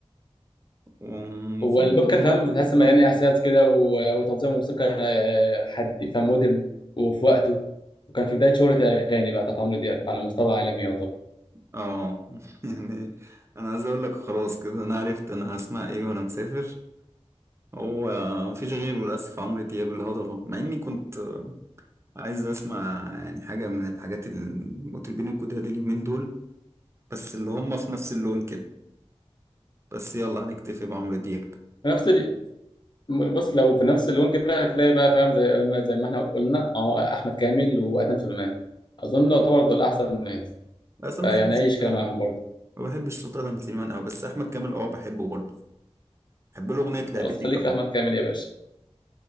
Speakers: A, on the right; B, on the left.
A: وفي
B: والالبوم
A: الجمهور
B: كان فاهم
A: برضه
B: تحس
A: حلوه
B: إنه يعني
A: كتير.
B: احساس كده و- وتوزيع موسيقى آه، حد فاهم مودرن وفي وقته وكان في بدايه شهره الاغاني بقى بتاعت عمرو دياب على مستوى عالمي يعتبر
A: اه <laughs> يعني انا عايز اقول لك خلاص كده انا عرفت انا هسمع ايه وانا مسافر هو مفيش غيره للاسف عمرو دياب الهضبه مع اني كنت عايز اسمع يعني حاجة من الحاجات المطربين الجداد اليومين دول بس اللي هم في نفس اللون كده بس يلا هنكتفي بعمرو دياب
B: في نفس ال... بص لو في نفس اللون كده هتلاقي بقى فاهم زي ما زي ما احنا قلنا أهو احمد كامل وادم سليمان اظن يعتبر دول احسن ناس
A: بس ما
B: فيعني
A: بحبش
B: عيش
A: ما
B: كده معاهم برضه
A: بحبش صوت ادم سليمان قوي بس احمد كامل اه بحبه برضه بحب له اغنية لعبتك
B: خلاص خليك
A: قوي
B: في احمد كامل يا باشا